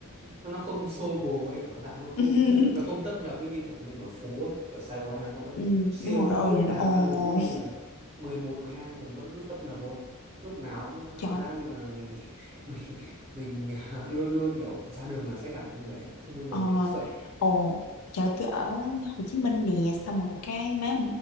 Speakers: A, on the right (about 25°); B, on the left (about 75°).
A: nó nó không xô bồ ấy kiểu dạng nó không
B: <laughs>
A: nó không tấp nập ấy như kiểu mình ở phố ấy ở Sài Gòn Hà Nội ấy,
B: ừ
A: kiểu siêu
B: đúng rồi
A: ấy lúc
B: ơi
A: nào
B: nó ồn
A: ra đường cũng có người mười một mười hai giờ vẫn cứ tấp nập thôi lúc nào cũng cảm
B: trời
A: giác như là mình <laughs> mình mình <laughs> luôn luôn kiểu ra đường là sẽ gặp người ấy không bao giờ
B: ờ
A: kiểu sợ
B: ồn trời tôi ở Hồ Chí Minh nè xong rồi cái má